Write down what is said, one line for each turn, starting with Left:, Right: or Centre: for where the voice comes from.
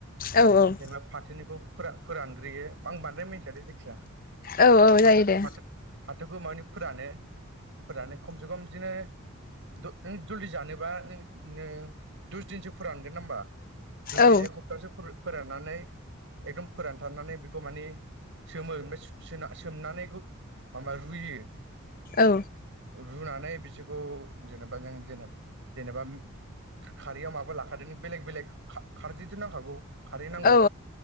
Left: औ औ
Right: जेनेबा फाथोनिखौ फोरा फोरानग्रोयो आं बांद्राय मिथियादै जायखिजाया
Left: औ औ
Right: फाथो
Left: जायो दे
Right: फाथो फाथोखौ माने फोरानो फोरानो खमसे खम बिदिनो द जलदि जानोबा नों इदिनो दस दिनसो फोरानगोन होमबा दस
Left: औ
Right: दिन एक हप्ताहसे फोराननानै एकदम फोरानथारनानै बेखौ माने सोमो ओमफ्राय सो सोमनानै बेखौ माबा रुयो।
Left: औ
Right: रुनानै बिसोरखौ जेनेबा नों जेना जेनेबा खारैयाव माबा ला फादो नों बेलेग बेलेग खारदैथ नांखागौ खारै नांगौ
Left: औ